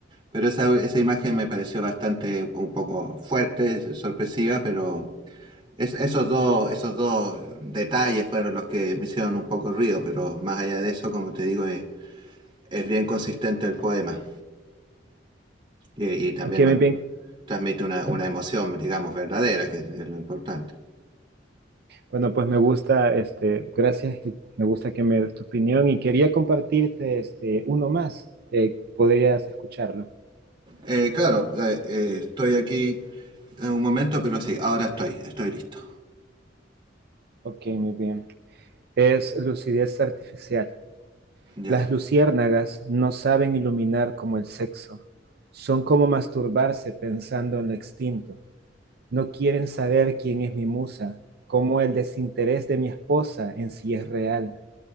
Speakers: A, on the right (about 25°); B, on the right (about 55°).
A: Pero esa, esa imagen me pareció bastante un poco fuerte, sorpresiva, pero es- esos dos, esos dos detalles fueron los que me hicieron un poco ruido, pero más allá de eso, como te digo, es, es bien consistente el poema. Y, y también
B: Ok,
A: bueno,
B: muy bien.
A: transmite una, una emoción, digamos, verdadera, que es lo importante.
B: Bueno, pues me gusta, este, gracias y me gusta que me des tu opinión y quería compartirte este, uno más. Eh, podrías escucharlo.
A: Eh, claro, eh, eh, estoy aquí en un momento, pero sí, ahora estoy, estoy listo.
B: Ok, muy bien. Es lucidez artificial.
A: Ya.
B: Las luciérnagas no saben iluminar como el sexo. Son como masturbarse pensando en lo extinto. No quieren saber quién es mi musa, cómo el desinterés de mi esposa en sí es real.